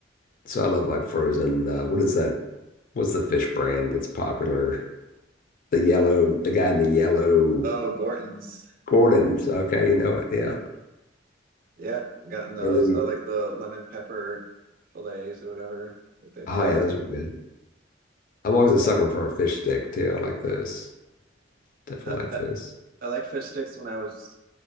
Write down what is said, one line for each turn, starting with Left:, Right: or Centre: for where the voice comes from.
Left: So I love like frozen. Uh, what is that? What's the fish brand that's popular? The yellow, the guy in the yellow,
Right: Oh, Gorton's.
Left: Gordon's. Okay, you know it. Yeah.
Right: <laughs> Yeah, I've gotten those.
Left: And then
Right: I like the lemon pepper fillets or whatever that they've
Left: Oh
Right: got.
Left: yeah, those are good. I'm always a
Right: They,
Left: sucker for a fish stick too. I like those. Definitely
Right: I,
Left: like
Right: I,
Left: those.
Right: I liked fish sticks when I was